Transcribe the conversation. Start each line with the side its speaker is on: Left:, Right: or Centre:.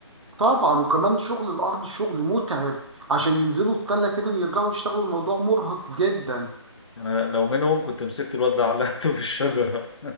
Right: طبعا وكمان شغل الارض شغل متعب عشان ينزلوا التلة تاني ويرجعوا يشتغلوا الموضوع مرهق جدا
Left: أنا لو منهم كنت مسكت الواد ده علقته في الشجرة